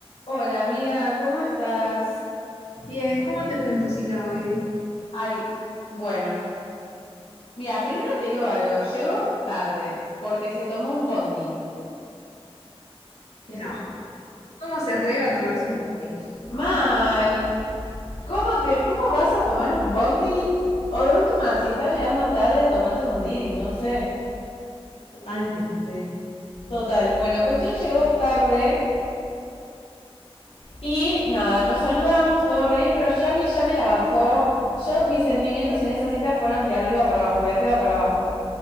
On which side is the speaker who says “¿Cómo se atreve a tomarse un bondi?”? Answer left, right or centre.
Left